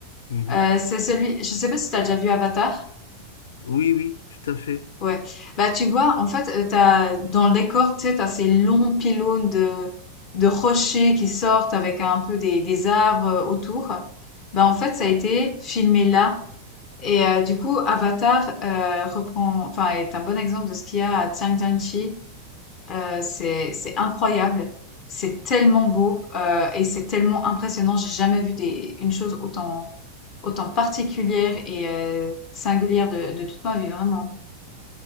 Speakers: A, on the left (about 60°); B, on the left (about 40°).
A: Mhm.
B: Euh, c'est celui, je sais pas si t'as déjà vu Avatar.
A: Oui, oui, tout à fait.
B: Ouais. Bah, tu vois, en fait, euh, t'as, dans le décor, tu sais, t'as ces longs pylônes de, de rochers qui sortent avec un peu des, des arbres euh, autour. Bah, en fait, ça a été filmé là. Et euh, du coup, Avatar euh, reprend, enfin, est un bon exemple de ce qu'il y a à Zhangjiajie Heu, c'est c'est incroyable, c'est tellement beau, heu et c'est tellement impressionnant. J'ai jamais vu des une chose autant autant particulière et heu, singulière de de toute ma vie, vraiment.